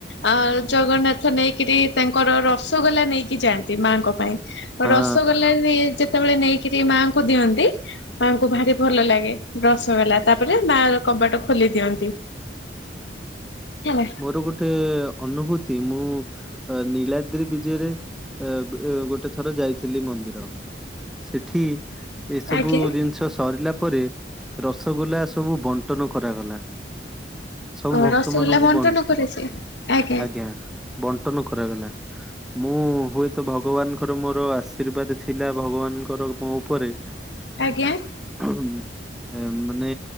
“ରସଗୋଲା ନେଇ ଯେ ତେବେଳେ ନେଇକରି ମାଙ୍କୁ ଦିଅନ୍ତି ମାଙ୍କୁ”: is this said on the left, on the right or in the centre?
Left